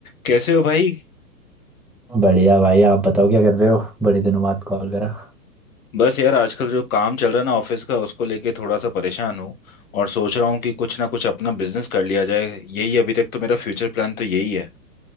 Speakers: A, on the left; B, in the centre.
A: कैसे हो भाई
B: बढ़िया भाई आप बताओ क्या कर रहे हो बड़े दिनों बाद कॉल करा
A: बस यार आजकल जो काम चल रहा है ना ऑफिस का उसको लेके थोड़ा सा परेशान हूँ और सोच रहा हूँ कि कुछ ना कुछ अपना बिजनेस कर लिया जाए यही अभी तक तो मेरा फ्यूचर प्लान तो यही है